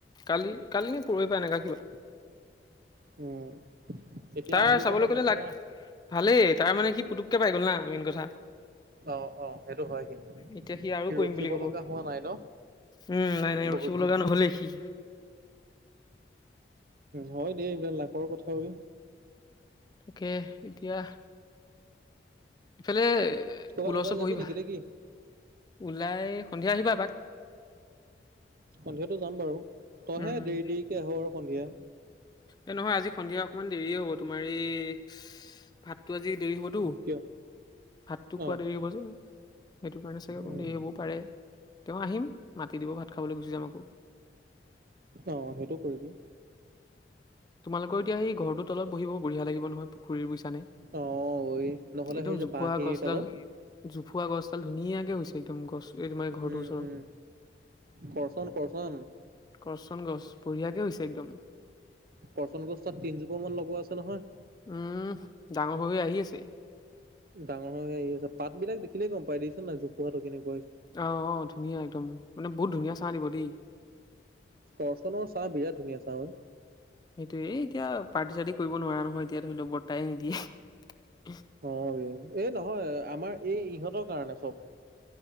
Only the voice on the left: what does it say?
কালি, কালি নে পৰহি পায় এনেকা কিবা
তাৰ
চাবলৈ গ'লে
ল, ভালেই তাৰ মানে সি পুতুককে পাই গ'ল না মেইন কথা।
এতিয়া আৰু
কৰিম
বুলি ক'ব
উম, নাই, নাই
ৰখীব
লগা নহলেই।
তাকে এতিয়া ইফালে
পুলৰ
চ
বহিবা
ওলাই সন্ধিয়া আহিবা এপাক।
উম,
এ নহয় আজি সন্ধিয়া অকমান দেৰিয়ে হ'ব তোমাৰ এই ভাততটো আজি দেৰি হ'ব।
ভাতটো
খোৱা দেৰি হ'ব যে সেইটো কাৰণে চাগে অপ
দেৰি হ'বও পাৰে। তেওঁ আহিম মাতি দিব ভাত খাবলৈ গুচি যাম আকৌ।
তোমালোকৰ এতি স, ঘৰো তলত বহিব বঢ়িয় লাগিব নহয় পুখুৰী গুচি
একদম
জোফোৱা
গছডাল
জোফা গছডাল ধুনীয়াকে হৈছে। একদম গছ এই তোমাৰ ঘৰটোৰ
ওচৰত।
কৰচন গছ বঢ়িয়াকে হৈছে একদম।
উম, ডাঙৰ হৈ আহি আছে।
আহ, আহ, ধুনীয়া একদম মানে বহুত ধুনীয়া চাহ দিব দেই।
সেইটোয়েেই এতিয়া পাৰ্টি, চাৰ্টি কৰিব নোৱাৰা নহয় এতিয়া ধৰি লওক বৰ্তাই নিদিয়ে।